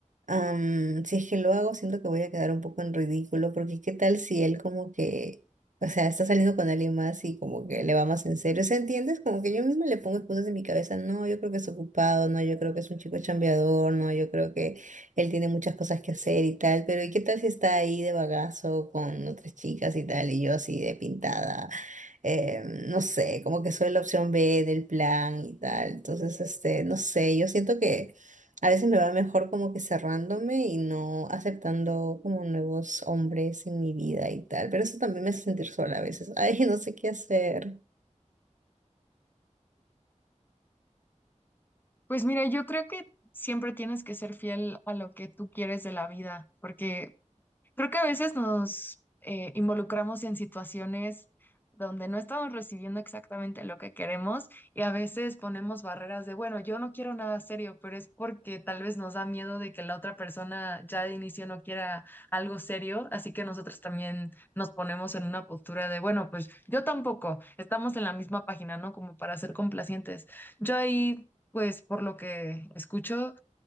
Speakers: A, on the right; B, on the left.
A: Am, si es que lo hago, siento que voy a quedar un poco en ridículo, porque qué tal si él como que, o sea, está saliendo con alguien más y como que le va más en serio, ¿se entiendes? Como que yo misma le pongo excusas en mi cabeza, no, yo creo que es ocupado, no, yo creo que es un chico chambeador, no, yo creo que él tiene muchas cosas que hacer y tal, pero ¿y qué tal si está ahí de bagazo con otras chicas y tal, y yo así de pintada? eh, no sé, como que soy la opción B del plan y tal, entonces, este, no sé, yo siento que... A veces me va mejor como que cerrándome y no aceptando como nuevos hombres en mi vida y tal, pero eso también me hace sentir sola a veces. Ay, no sé qué hacer.
B: Pues mira, yo creo que siempre tienes que ser fiel a lo que tú quieres de la vida, porque Creo que a veces nos eh, involucramos en situaciones donde no estamos recibiendo exactamente lo que queremos y a veces ponemos barreras de, bueno, yo no quiero nada serio, pero es porque tal vez nos da miedo de que la otra persona ya de inicio no quiera algo serio, así que nosotros también nos ponemos en una postura de, bueno, pues yo tampoco, estamos en la misma página, ¿no? Como para ser complacientes. Yo ahí, pues por lo que escucho,